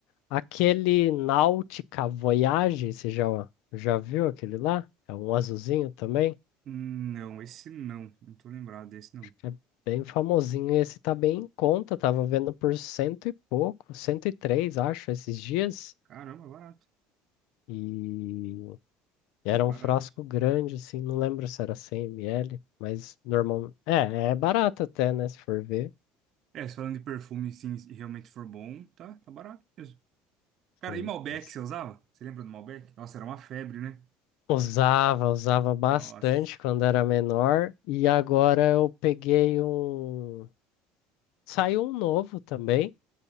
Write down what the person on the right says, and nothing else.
Hum, Não, esse não. Não tô lembrado desse, não.
Caramba, barato.
Barato.
É, se falando de perfume, sim, e realmente for bom, tá, tá barato mesmo. Cara,
e Malbec
você usava? Você lembra do Malbec? Nossa, era uma febre, né?
Nossa.